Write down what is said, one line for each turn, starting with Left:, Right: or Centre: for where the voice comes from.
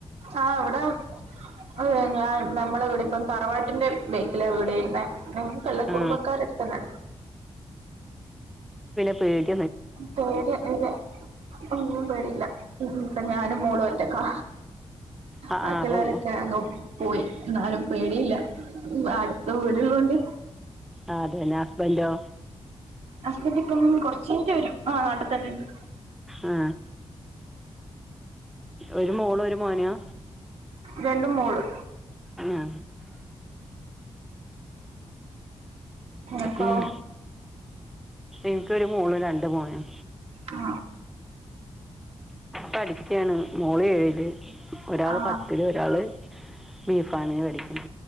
Right: ആ ഇവടെ അ ഞാൻ ഞമ്മളിവിടപ്പം തറവാട്ടിന്റെ ബാക്ക്ലാ വീട് <unintelligible>
Centre: ആ
Right: കുടുംബക്കാരട്ത്തന്നെ
Centre: പേ
Right: തോര അല്ല ഒന്നും പേടില്ല ഞാനും <unintelligible> ഞാനും മോളും ഒറ്റക്കാ
Centre: ആ
Right: ബാക്കിള്ളേരൊക്കെ
Centre: ആ അപ്പം
Right: അം പോയി ന്നാലും പേടില്ല ന്നാലും വീട്ള്ളോണ്ട്
Centre: അതന വല്ലോ
Right: ഹസ്ബന്റ്പ്പൊ കൊർച്ചേനിട്ട് വരും ആ നാട്ട് തന്നെണ്ട്
Centre: ആ ഒരു മോളും ഒരു മോനുഅ
Right: രണ്ട് മോള്
Centre: ആ
Right: അപ്പൊ
Centre: ഉം ഇൻക് ഒരു മോളും രണ്ട് മോനും
Right: ആ
Centre: പഠിക്കാണ് മോള് ഏഴില് ഒരാള്
Right: ആ
Centre: പത്തില് ഒരാള് ബി ഫാർമിന് പഠിക്കാ